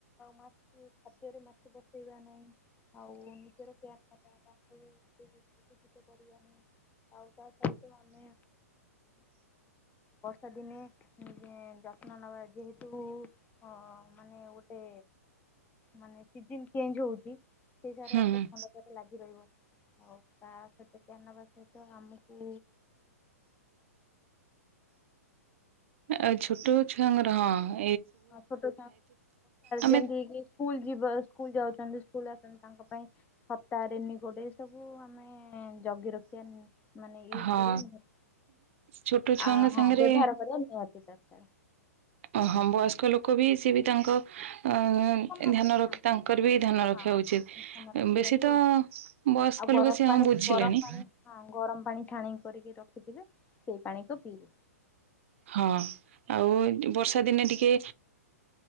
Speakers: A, on the left; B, on the right.
A: ମା ଖାଦ୍ୟରେ ମାଛି ବସେଇବା ନାହିଁ ଆଉ ନିଜର କେୟାର ନେବା। <inaudible> ଆଉ ତା ସହିତ ଆମେ ବର୍ଷା ଦିନେ ଯତ୍ନ ନବା ଯେହେତୁ ଅ ମାନେ ଗୋଟେ ମାନେ ସିଜନ ଚେଞ୍ଜ ହଉଛି। ସେ ସାରା
B: ହୁଁ।
A: ଏତେ ଥଣ୍ଡା ଜର ଲାଗି ରହିବ। ଆଉ ତା ସହିତ ନବା ସହିତ ଆମକୁ
B: ଆ ଛୋଟ ଛୁଆଙ୍କର ହ।
A: ହଁ ଛୋଟ
B: ଆମେ
A: <inaudible> ସ୍କୁଲ ଯିବ। ସ୍କୁଲ ଯାଉଛନ୍ତି ସ୍କୁଲ ଆସୁଛନ୍ତି ତାଙ୍କ ପାଇଁ ସପ୍ତାହରେ <inaudible> ଗୋଟେ ସବୁ ଆମେ ଜଗି ରଖିବା। ମାନେ ୟୁଜ
B: ହଁ
A: କରିବା ନିହାତି
B: ଛୋଟ ଛୁଆଙ୍କ
A: ଆ
B: ସାଙ୍ଗରେ
A: ହଁ ବ୍ୟବହାର କରିବା ନିହାତି ଦରକାର।
B: ଅହଁ ବୟସ୍କ ଲୋକ ବି ସିଏ ବି। ତାଙ୍କ ଅ-ଅ-ଅ
A: ହଁ ସମସ୍ତେ
B: ଧ୍ୟାନ
A: ସମସ୍ତେ
B: ରଖି ତାଙ୍କର ବି ଧ୍ୟାନ ରଖିବା
A: ହଁ
B: ଉଚିତ,
A: ଧ୍ୟାନ ରଖିବା
B: ବେଶୀ
A: ବି
B: ତ
A: ଆଉ
B: ବୟସ୍କ
A: ଆଉ ଗରମ
B: ଲୋକ ସିଏ
A: ପାଣି
B: ହଁ ବୁଝିଲେଣି।
A: ଗରମ ପାଣି ହଁ ଗରମ ପାଣି ଛାଣି କରିକି ରଖିଥିବେ ସେଇ ପାଣିକୁ ପିଇବେ।
B: ହଁ ଆଉ ବର୍ଷା ଦିନେ ଟିକେ